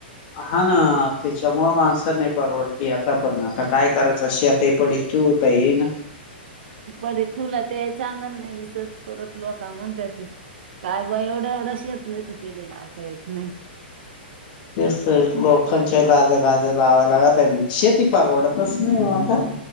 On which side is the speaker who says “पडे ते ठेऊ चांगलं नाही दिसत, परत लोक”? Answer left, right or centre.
Right